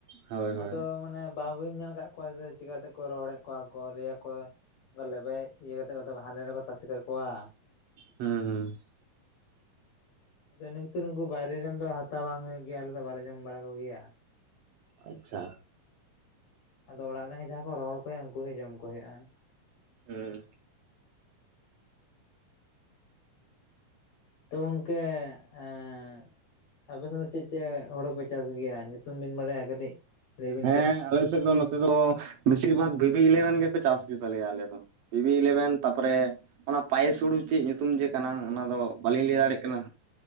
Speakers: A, on the right; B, on the left.
A: ᱦᱳᱭ ᱦᱳᱭ
B: ᱟᱫᱚ ᱢᱟᱱᱮ ᱵᱟᱵᱟᱤᱱ ᱧᱮᱞ ᱠᱟᱜ ᱠᱚᱣᱟ ᱡᱮ ᱪᱤᱠᱟ ᱛᱮᱠᱚ ᱨᱚᱦᱚᱲᱮᱜ ᱠᱚᱣᱟ ᱠᱚ ᱞᱟᱹᱭᱟ ᱠᱚ᱾ ᱚᱱᱠᱟ ᱞᱮᱵᱮᱡ ᱤᱭᱟᱹ ᱠᱟᱛᱮᱜ ᱦᱟᱱᱰᱮ ᱱᱟᱱᱰᱮ ᱠᱚ ᱛᱟᱥᱮ ᱠᱟᱠᱚᱣᱟ᱾
A: ᱦᱩᱸ ᱦᱩᱸ᱾
B: ᱟᱫᱚ ᱤᱱᱟᱹ ᱠᱷᱟᱹᱛᱤᱨ ᱩᱱᱠᱩ ᱵᱟᱭᱨᱮ ᱨᱮᱱ ᱫᱚ ᱦᱟᱛᱟᱣ ᱵᱟᱝ ᱦᱩᱭᱩᱜ ᱜᱮᱭᱟ ᱟᱞᱮ ᱫᱚ ᱵᱟᱞᱮ ᱡᱚᱢ ᱵᱟᱲᱟ ᱠᱚ ᱜᱮᱭᱟ᱾
A: ᱟᱪᱪᱷᱟ᱾
B: ᱟᱫᱚ ᱚᱲᱟᱜ ᱨᱮᱱ ᱜᱮ ᱡᱟᱦᱟᱸ ᱠᱚ ᱨᱚᱦᱚᱲ ᱦᱚ ᱠᱚᱭᱟ ᱩᱱᱠᱩ ᱜᱮ ᱡᱚᱢ ᱠᱚ ᱦᱩᱭᱩᱜ-ᱟ᱾
A: ᱩᱸ
B: ᱛᱚ ᱜᱚᱝᱠᱮ ᱮᱸᱜ ᱟᱯᱮ ᱥᱮᱱ ᱫᱚ ᱪᱮᱜ ᱪᱮᱜ ᱦᱩᱲᱩ ᱯᱮ ᱪᱟᱥ ᱜᱮᱭᱟ ᱧᱩᱛᱩᱢ ᱵᱤᱱ ᱵᱟᱲᱟᱭᱟ ᱠᱟᱹᱴᱤᱡ? ᱞᱟᱹᱭ ᱵᱤᱱ
A: ᱦᱮᱸ
B: ᱥᱮ
A: ᱟᱞᱮ ᱥᱮᱜ ᱫᱚ ᱱᱚᱛᱮ ᱫᱚ ᱵᱮᱥᱤᱨ ᱵᱷᱟᱜᱽ ᱵᱷᱤᱵᱤ ᱞᱤᱭᱟᱱ ᱜᱮᱠᱚ ᱪᱟᱥ ᱜᱮ ᱛᱟᱞᱮᱭᱟ ᱟᱞᱮ ᱫᱚ᱾ ᱵᱤᱵᱤ ᱤᱞᱮᱵᱷᱮᱱ ᱛᱟᱯᱚᱨᱮ ᱚᱱᱟ ᱯᱟᱭᱮᱥ ᱦᱩᱲᱩ ᱪᱮᱜ ᱧᱩᱛᱩᱢ ᱡᱮ ᱠᱟᱱᱟ ᱚᱱᱟ ᱫᱚ ᱵᱟᱞᱤᱧ ᱞᱟᱹᱭ ᱫᱟᱲᱮᱜ ᱠᱟᱱᱟ᱾